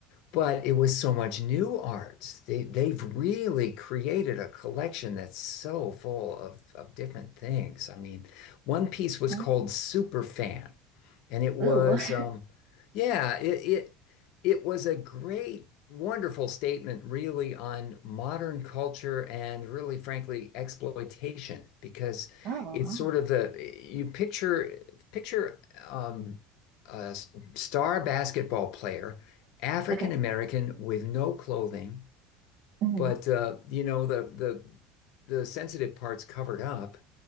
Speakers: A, on the left; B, on the right.
A: but it was so much new art. They they've really created a collection that's so full of of different things. I mean, one piece was
B: Oh.
A: called Superfan and it was,
B: Ooh. <laughs>
A: um, yeah, it, it it was a great, wonderful statement, really, on modern culture and really, frankly, exploitation, because
B: Oh,
A: it's
B: wow.
A: sort of the you picture picture um, a s- star basketball player, African
B: Okay.
A: American with no clothing,
B: hmm
A: but uh, you know the the the sensitive parts covered up